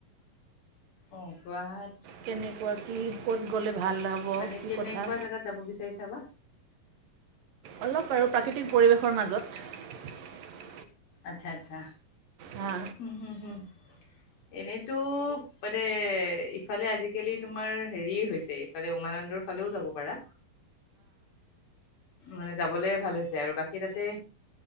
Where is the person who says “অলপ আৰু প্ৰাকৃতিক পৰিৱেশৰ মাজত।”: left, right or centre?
Right